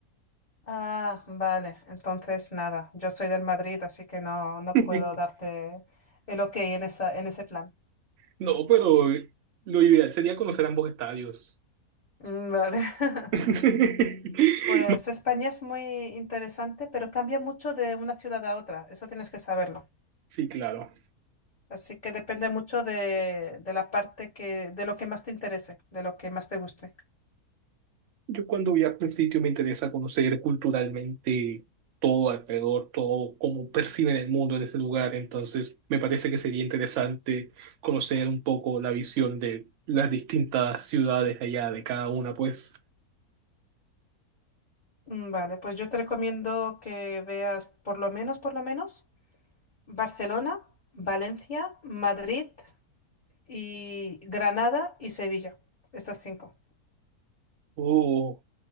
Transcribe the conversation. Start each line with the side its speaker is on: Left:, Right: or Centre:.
Left: Ah, vale. Entonces, nada, yo soy del Madrid, así que no, no
Right: <laughs>
Left: puedo darte el ok en esa, en ese plan.
Right: No, pero lo ideal sería conocer ambos estadios.
Left: Mm, Vale. <laughs>
Right: <laughs>
Left: Pues
Right: No,
Left: España es muy interesante, pero cambia mucho de una ciudad a otra, eso tienes que saberlo.
Right: Sí, claro.
Left: Así que depende mucho de, de la parte que, de lo que más te interese, de lo que más te guste.
Right: Yo cuando viajo a un sitio me interesa conocer culturalmente todo alrededor, todo cómo perciben el mundo en ese lugar. Entonces, me parece que sería interesante conocer un poco la visión de las distintas ciudades allá de cada una, pues.
Left: Mm, Vale, pues yo te recomiendo que veas por lo menos, por lo menos, Barcelona, Valencia, Madrid. y Granada y Sevilla, estas cinco.
Right: Oh,